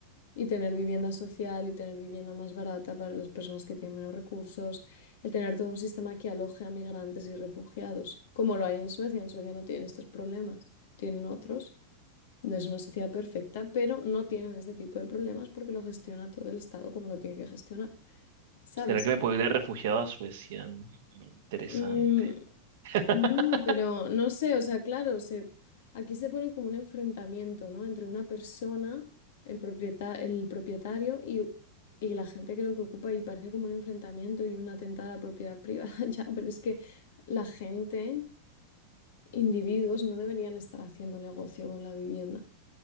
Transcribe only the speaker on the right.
¿será que me puedo ir de refugiado a Suecia? Mm, Interesante.
<laughs>